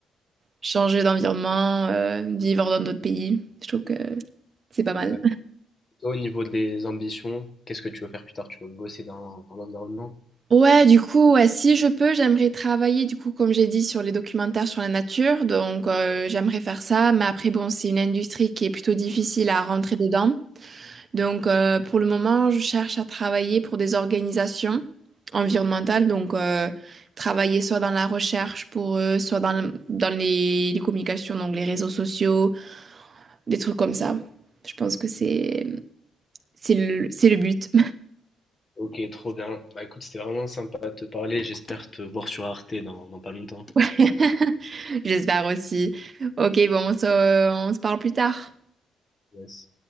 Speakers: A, on the right; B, on the left.
A: changer d'environnement, euh, vivre dans d'autres pays. Je trouve que c'est pas
B: Exact.
A: mal.
B: Toi, au niveau des ambitions, qu'est-ce que tu veux faire plus tard? Tu veux bosser dans, dans l'environnement?
A: Ouais, du coup, ouais, si je peux, j'aimerais travailler, du coup, comme j'ai dit, sur les documentaires sur la nature. Donc, euh, j'aimerais faire ça. Mais après, bon, c'est une industrie qui est plutôt difficile à rentrer dedans. Donc, euh, pour le moment, je cherche à travailler pour des organisations environnementales. Donc, euh, travailler soit dans la recherche pour eux, soit dans, le- dans les, les communications, donc les réseaux sociaux, des trucs comme ça. Je pense que c'est, c'est le, c'est le but.
B: Ok, trop bien. Bah écoute, c'était vraiment sympa de te parler. J'espère te voir sur Arte dans, dans pas longtemps.
A: <laughs> J'espère aussi. Ok, bon, on se, on se parle plus tard.
B: Yes.